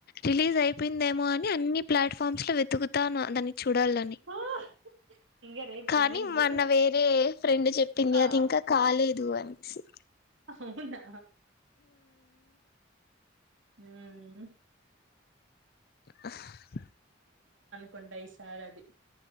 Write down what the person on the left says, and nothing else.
రిలీజ్ అయిపోయిందేమో అని అన్ని ప్లాట్ఫామ్స్ లో వెతుకుతా దాన్ని చూడాలని
కానీ
మొన్న వేరే ఫ్రెండ్ చెప్పింది
అది ఇంకా కాలేదు అని అ
<inaudible>